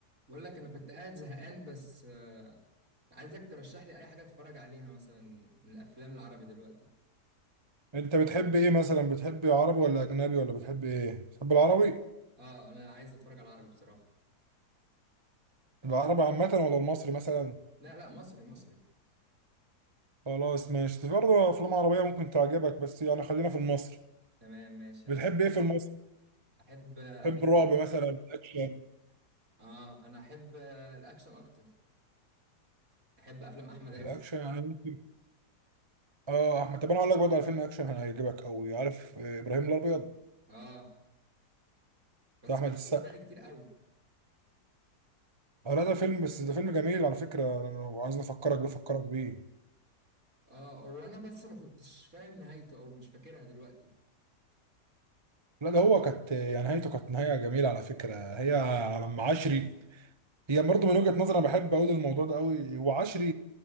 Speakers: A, on the right; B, on the right.
A: بقول لك انا كنت قاعد زهقان بس آه، عايزك ترشح لي اي حاجه اتفرج عليها مثلا من الافلام العربي دلوقتي
B: انت بتحب ايه مثلا بتحب عربي ولا اجنبي ولا بتحب ايه بتحب العربي
A: اه انا عايز اتفرج على العربي بصراحه
B: العربي عامه ولا المصري مثلا
A: لا لا مصري مصري
B: خلاص ماشي في برضه افلام عربيه ممكن تعجبك بس يعني خلينا في المصري
A: تمام ماشي انا
B: بتحب ايه في المصري
A: احب آه، افلام
B: بتحب الرعب مثلا الاكشن
A: اه انا احب آه، الاكشن اكتر احب افلام احمد عز
B: الاكشن يعني ممكن اه احمد طب انا اقول لك برضه على فيلم اكشن هيعجبك قوي عارف آه، ابراهيم الابيض
A: اه بس
B: بتاع احمد
A: مش
B: السقا
A: بقالي كتير قوي
B: اه لا ده فيلم بس ده فيلم جميل على فكره انا لو عايز افكرك بيه افكرك بيه
A: اه هو انا بس ما كنتش فاهم نهايته او مش فاكرها دلوقتي
B: لا ده هو كانت يعني نهايته كانت نهايه جميله على فكره هي على ام عشري هي برضه من وجهة نظري انا بحب اقول الموضوع ده قوي وعشري